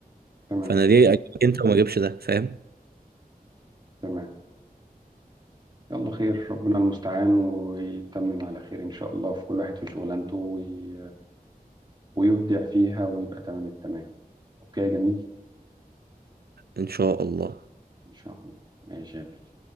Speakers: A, on the right; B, on the right.
A: تمام
B: فأنا ليه أجيبك أنت وما أجيبش ده فاهم
A: تمام يلا خير ربنا المستعان ويتمم على خير ان شاء الله في كل واحد في شغلانته وي... ويبدع فيها ويبقى تمام التمام اوكي يا جميل
B: إن شاء الله
A: ان شاء الله ماشي يا غالي